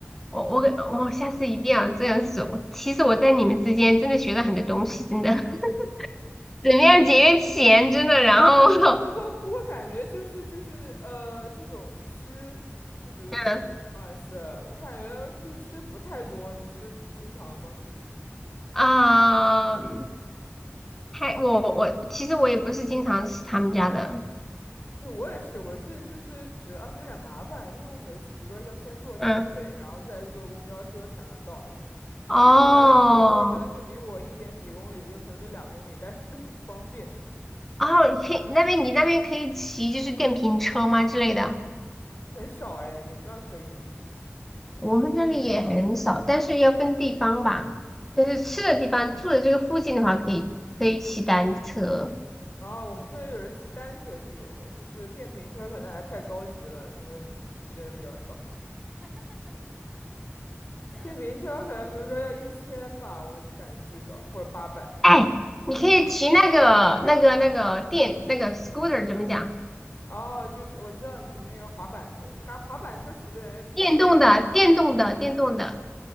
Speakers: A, in the centre; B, on the left (about 50°).
A: 我我我下次一定要这样子做。其实我在你们之间真的学了很多东西，真的，<laughs> 怎么样节约钱，真的。然后，
B: 不过不过不过，
A: <laughs>
B: 感觉就是就是呃，这种吃就是比如吃
A: 嗯
B: p o p e y e 我感觉就是吃不太多。你吃经常吗？
A: 啊，还还我我其实我也不是经常吃他们家的，
B: 对，我也是，我是就是主要是有点麻烦，因为我每次比如说要先坐轻轨，
A: 嗯，
B: 然后再坐公交车才能到那个。
A: 哦
B: 其实可能就比如说，可能就离我一点几公里，就可能就两公里，但是不方便去，
A: 哦，你可以那边你那边可以骑就是电瓶车吗之类的？
B: 很少哎。你们那儿可以吗？
A: 我们这里也很少，但是要分地方吧。但是吃的地方，住的这个附近的话，可以可以骑单车。
B: 啊，我们这儿有人骑单车是有的，就是电瓶车可能还太高级了，他们骑的人比较少。电瓶车可能比如说要一千吧，我感觉至少或者八百。
A: 哎，你可以骑那个那个那个电那个
B: 嗯，
A: scooter 怎么讲？
B: 哦，就是我知道你那个滑板车，感觉滑板车骑的人也比较少。
A: 电动的，电动的，电动的。